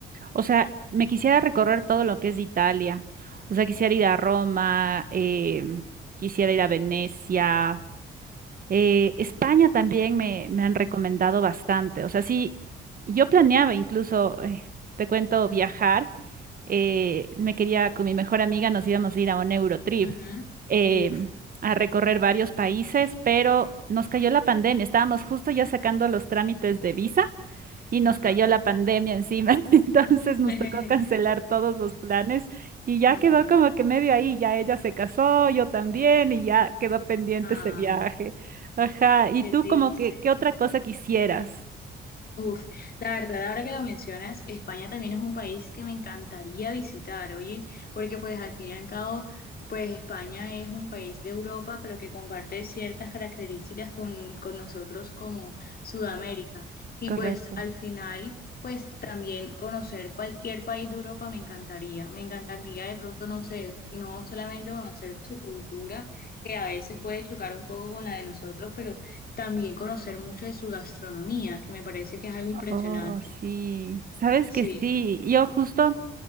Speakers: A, on the right; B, on the left.
A: O sea, me quisiera recorrer todo lo que es Italia. O sea, quisiera ir a Roma, em, quisiera ir a Venecia. eh, España también me, me han recomendado
B: Ujú,
A: bastante. O sea, sí, yo planeaba incluso, eh, te cuento,
B: ujú,
A: viajar. eh, me quería, con mi mejor amiga, nos íbamos a ir a un Eurotrip.
B: ujú.
A: em,
B: Uf,
A: a recorrer varios países, pero nos cayó la pandemia. Estábamos justo ya sacando los trámites de visa y nos
B: ajá.
A: cayó la pandemia encima, <laughs> entonces nos
B: <laughs>
A: tocó cancelar todos los planes y ya
B: Mm,
A: quedó como que medio ahí, ya ella se casó, yo también y ya quedó pendiente
B: Ay,
A: ese viaje. Ajá, ¿y
B: qué
A: tú
B: triste.
A: como que qué otra cosa quisieras?
B: Uf, la verdad, ahora que lo mencionas, España también es un país que me encantaría visitar, oye, porque pues al fin y al cabo, pues España es un país de Europa, pero que comparte ciertas características con, con nosotros como Sudamérica. Y
A: Correcto.
B: pues al final, pues también conocer cualquier país de Europa me encantaría. Me encantaría de pronto, no sé, no solamente conocer su cultura, que a veces puede chocar un poco con la de nosotros, pero también conocer mucho de su gastronomía, que me parece que es algo impresionante.
A: Oh, sí. Sabes
B: Sí,
A: que sí, yo justo